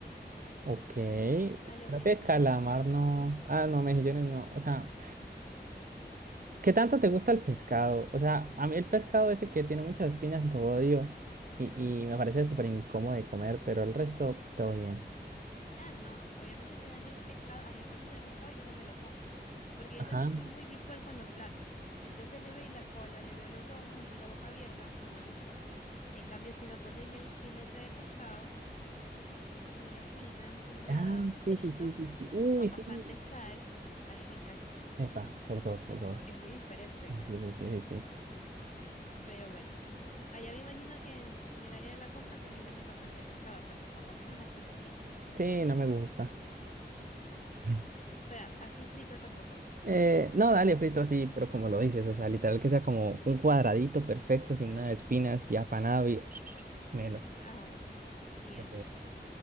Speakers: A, on the right (about 55°); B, on the left (about 45°).
A: ok,
B: A los
A: creo
B: mejillones
A: que calamar
B: tampoco.
A: no, ah, no, mejillones no, o sea. ¿Qué tanto te gusta el pescado? O sea, a mí el pescado ese que tiene muchas espinas lo odio y, y me parece súper incómodo de comer, pero el resto todo bien.
B: Ah, no, obviamente te dan el pescado. A mí me ponen el pescado y yo no me lo como. Porque yo
A: Ajá.
B: también soy muy visual con los platos. Entonces le veo la cola, le veo los ojos y la boca abierta, no me gusta. En cambio, si me ponen el filete de pescado, sin espinas, sin nada,
A: Ah,
B: frito,
A: sí, sí, sí, sí, sí. Uy,
B: con
A: sí.
B: bastante sal, a mí me encanta.
A: Epa, por dos, por dos.
B: Es muy diferente.
A: Sí, sí, sí. Sí,
B: Pero bueno, allá me imagino que en en el área de la costa también venden bastante pescado, porque por lo menos aquí es así.
A: Sí, no me gusta. <laughs>
B: Pero así frito tampoco.
A: Eh, no, dale, frito, sí, pero como lo dices, o sea, literal que sea como un cuadradito perfecto, sin nada de espinas y apanado y <sniffs> melo. <laughs>
B: Ah, bueno. Sí,
A: Sí,
B: así sí.